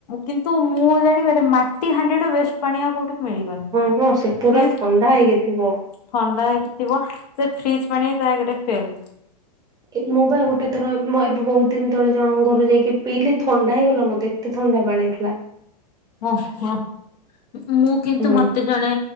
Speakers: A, on the left (about 70°); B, on the right (about 20°).
A: କିନ୍ତୁ ମୁଁ ଜାଣିବାରେ ମାଟି ହାଣ୍ଡି ଟା ବେସ ପାଣି ଆଉ କୋଉଠି ମିଳିବନି।
B: ହଁ ହଁ ସେ ପୁରା
A: ଫ୍ରିଜ
B: ଥଣ୍ଡା ହେଇକିଥିବ।
A: ଥଣ୍ଡା ହେଇକି ଥିବ, ସେ ଫ୍ରିଜ ପାଣି ବି ତା ଆଗରେ ଫେଲେ।
B: ଏଇ ମୁବା ଗୋଟେ ଥର ଏବ ମ ଏବ ଏବେ ବହୁତ ଦିନ ତଳେ, ଜଣଙ୍କ ଘରୁ ଯାଇକି ପିଇଲି, ଥଣ୍ଡା ହେଇଗଲା ମତେ। ଏତେ ଥଣ୍ଡା ପାଣିଥିଲା।
A: ଓହୋ। ମୁଁ କିନ୍ତୁ
B: ହୁଁ
A: ମତେ ଜଣେ